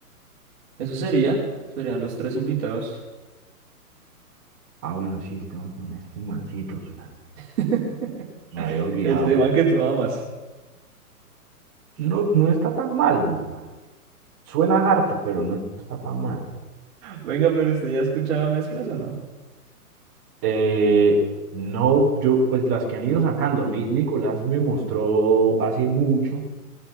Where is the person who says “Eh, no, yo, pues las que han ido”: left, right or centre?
Right